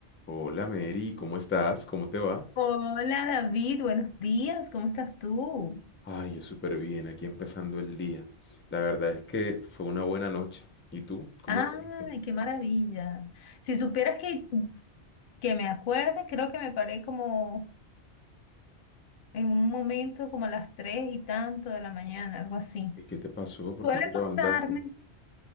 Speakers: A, on the left; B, on the left.
A: Hola Mary, ¿cómo estás? ¿Cómo te va?
B: Hola David, buenos días, ¿cómo estás tú?
A: Ay, yo súper bien, aquí empezando el día. La verdad es que fue una buena noche. ¿Y tú? ¿Cómo
B: Ay,
A: dormiste?
B: qué maravilla. Si supieras que, que me acuerde, creo que me paré como en un momento como a las tres y tanto de la mañana, algo así.
A: ¿Y qué te pasó? ¿Por
B: Suele
A: qué te levantaste?
B: pasarme.